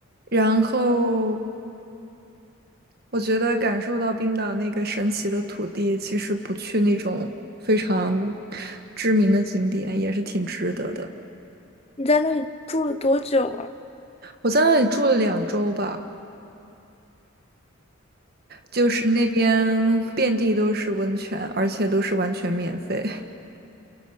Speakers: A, on the right; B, on the left.
A: 然后我觉得感受到冰岛那个神奇的土地，其实不去那种非常知名的景点也是挺值得的。
B: 你在那里住了多久啊？
A: 我在那里住了两周吧。就是那边遍地都是温泉，而且都是完全免费。<laughs>